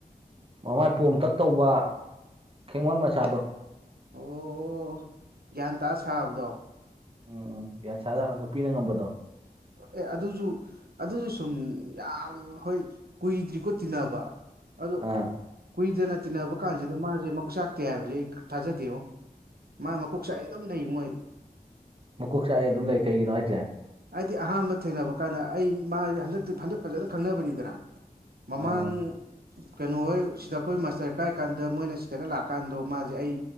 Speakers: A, on the right (about 35°); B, on the right (about 80°).
A: ꯃꯃꯥꯏ ꯄꯣꯝꯇꯛ ꯇꯧꯕ ꯈꯦꯛꯃꯟ ꯃꯆꯥꯗꯣ
B: ꯑꯣ ꯒ꯭ꯌꯥꯟ ꯇꯥ ꯁꯥꯕꯗꯣ
A: ꯎꯝ ꯎꯝ ꯒ꯭ꯌꯥꯟꯁꯥ ꯖꯥꯕ ꯅꯨꯄꯤꯅ ꯉꯝꯕꯗꯣ
B: ꯑꯦ ꯑꯗꯨꯖꯨ ꯑꯗꯨꯖꯨ ꯁꯨꯝ ꯌꯥꯝ ꯍꯣꯏ ꯀꯨꯏꯗ꯭ꯔꯤꯀꯣ ꯇꯤꯟꯅꯕ ꯑꯗꯣ
A: ꯑꯥ
B: ꯀꯨꯏꯗꯅ ꯇꯤꯟꯅꯕ ꯀꯥꯟꯖꯤꯗ ꯃꯥꯖꯦ ꯃꯀꯣꯛ ꯆꯥꯛꯇꯦ ꯍꯥꯏꯕꯖꯦ ꯑꯩ ꯊꯥꯖꯗꯦꯕꯣ ꯃꯥ ꯃꯀꯣꯛ ꯆꯥꯛꯑꯦ ꯑꯗꯨꯝ ꯂꯩꯉꯣ ꯑꯩ
A: ꯃꯀꯣꯛ ꯆꯥꯛꯑꯦ ꯑꯗꯨꯝ ꯂꯩ ꯀꯩꯒꯤꯅꯣ ꯍꯥꯏꯖꯦ
B: ꯑꯩꯗꯤ ꯑꯍꯥꯟꯕ ꯊꯦꯡꯅꯕ ꯀꯥꯟꯗ ꯑꯩ ꯃꯥꯖꯦ ꯍꯟꯗꯛꯇ ꯍꯟꯗꯛ ꯐꯖꯅ ꯈꯪꯅꯕꯅꯤꯗꯅꯥ ꯃꯃꯥꯡ
A: ꯑꯥ
B: ꯀꯩꯅꯣ ꯍꯣꯏ ꯁꯤꯗ ꯑꯈꯣꯏ ꯃꯥꯁꯇꯔ ꯀꯥꯏ ꯀꯥꯟꯗ ꯃꯣꯏꯅ ꯁꯤꯗꯒ ꯂꯥꯛꯑꯀꯥꯟꯗꯣ ꯃꯥꯖꯦ ꯑꯩ